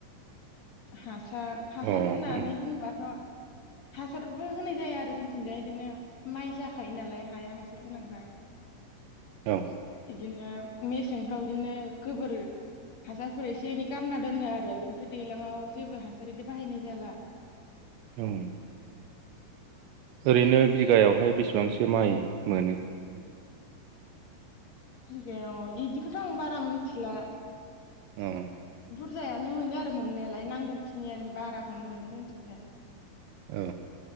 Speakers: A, on the left; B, on the right.
A: हा सार हासार
B: अ
A: होननानै
B: उम
A: बुङोबाथ हासारबो होनाय जाया आरो जोंथिंजाय बिदिनो माइ जाखायो नालाय हाया हासार गोनांखा
B: औ
A: बिदिनो मेसेंफ्राव बिदिनो गोबोर हासारफोर एसे एनै गारना दोनो आरो बेनिफ्राय दैज्लां आव जेबो हासार बिदि बाहायनाय जाला
B: उम ओरैनो बि बिघागावहाय बेसेबांसो माइ मोनो
A: बिगायाव बिदिखौथ आं बारा मिथिला
B: औ
A: बुरजायानो मोनो आरो मोननायालाय नांगौखिनियानि बाराखौनो मोनो जोंनिथिंजाय
B: औ